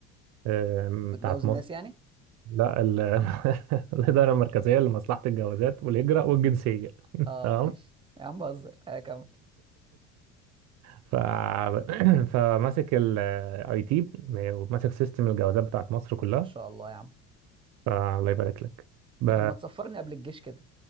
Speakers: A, on the right (about 60°); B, on the right (about 15°).
A: أه
B: بتجوز
A: بتاعت
B: الناس
A: مصر
B: يعني
A: لا ال- <laughs> الاداره المركزيه لمصلحه الجوازات والهجره والجنسيه <laughs>
B: اه
A: تمام
B: ماشي يا عم بهزر <laughs> هكمل
A: ف... <clears throat> فماسك الاي تي وماسك سيستم الجوازات بتاعت مصر كلها
B: ما شاء الله يا عم
A: فالله يبارك لك ب...
B: طب ما تسفرني قبل الجيش كده